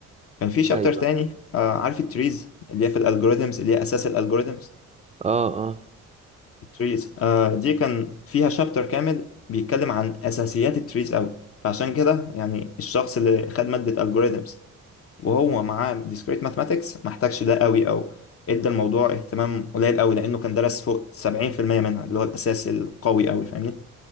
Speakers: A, on the left; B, on the right.
A: كان في شابتر
B: ايوه
A: تاني آه عارف التريز اللي هي في الألجوريزمز اللي هي أساس الألجوريزمز
B: اه اه
A: التريز آه دي كان فيها شابتر كامل بيتكلم عن أساسيات التريز أوي فعشان كده يعني الشخص اللي خد مادة ألجوريزمز وهو معاه discrete mathematics ما احتاجش ده قوي او ادى الموضوع اهتمام قليل قوي لانه كان درس فوق 70% منها اللي هو الاساس القوي قوي فاهمني